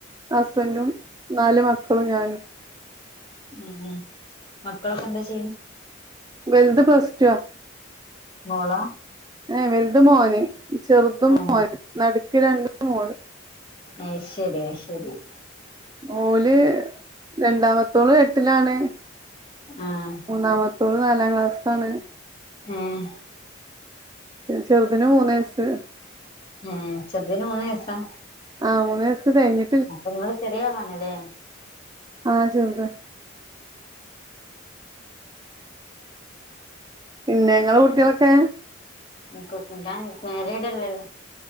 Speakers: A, on the right; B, on the left.
A: ഹസ്ബൻഡും നാല് മക്കളും ഞാനും
B: ഉം ഹും മക്കളൊക്കെ എന്താ ചെയ്യ്ണെ
A: വൽത് പ്ലസ് ടു ആ
B: മോളാ
A: ഏ വല്ത് മോന് ചെറുതും
B: ആഹ്
A: മോന് നടുക്ക് രണ്ടും മോള്
B: അഹ് ശെരി അഹ് ശെരി
A: ഓല് രണ്ടാമത്തോള് എട്ടിലാണ്
B: ആഹ്
A: മൂന്നാമത്തോള് നാലാം ക്ലാസ്സാണ്
B: ഉം
A: പിന്നെ ചെറുതിന് മൂന്ന് വയസ്സ്
B: ഉം ചെറ്തിന് മൂന്ന് വയസ്സാ
A: ആഹ് മൂന്ന് വയസ്സ് കഴിഞ്ഞ്
B: അപ്പം ഇങ്ങള് ചെറിയ ആളാണ് ലേ
A: ആഹ് ചെറുതാ പിന്നെ ഇങ്ങളെ കുട്ടിയാളൊക്കെ
B: ഇൻക്ക് ഞാൻ മേരീടല്ലല്ലോ